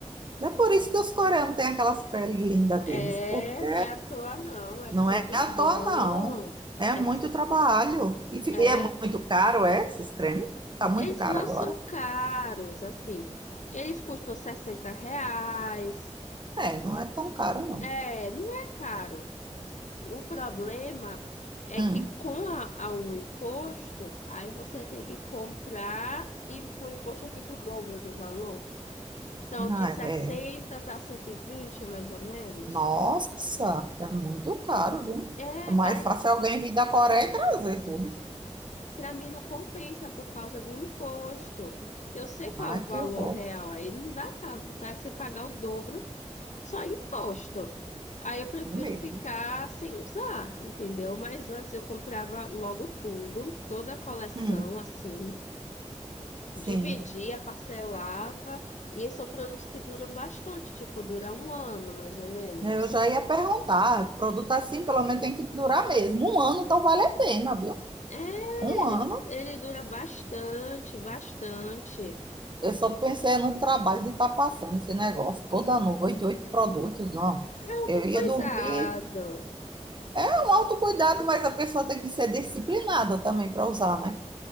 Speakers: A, on the right; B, on the left.
A: Não é por isso que os coreanos têm aquelas peles lindas
B: É,
A: deles, porque
B: não é à toa não, é
A: não
B: creme
A: é à
B: bom.
A: toa, não. É
B: É,
A: muito
B: s-
A: trabalho. E, fi-
B: é.
A: e é muito caro, é? Esses cremes? Tá muito
B: Eles
A: caro
B: não
A: agora?
B: são caros, assim. Eles custam 60 reais.
A: É, não é tão caro, não.
B: É, não é caro. O problema é
A: Hum.
B: que com a- a- o imposto, aí você tem que comprar e com o imposto fica o dobro do valor. Então,
A: Ah,
B: de 60
A: é.
B: tá 120 mais ou menos.
A: Nossa, é muito caro, viu?
B: É,
A: É mais
B: aí
A: fácil alguém vir da Coreia e trazer tudo.
B: para mim não compensa por causa do imposto. Que eu sei qual
A: Ai,
B: é o valor
A: que horror.
B: real, aí não dá aquela vontade de você pagar o dobro só em imposto. Aí eu prefiro
A: Mesmo.
B: ficar sem usar, entendeu? Mas antes eu comprava logo tudo, toda a coleção
A: Hum,
B: assim.
A: sim.
B: Dividia, parcelava, e são produtos que duram bastante, tipo, dura um ano, mais ou menos.
A: Eu já ia perguntar, produto assim pelo menos tem que durar mesmo. Um ano, então vale a pena, viu?
B: É,
A: Um ano,
B: ele, ele dura bastante, bastante.
A: eu só pensei no trabalho de estar passando esse negócio toda noite, oito produtos, não.
B: É autocuidado.
A: Eu ia dormir com um autocuidado, mas a pessoa tem que ser disciplinada também para usar, né?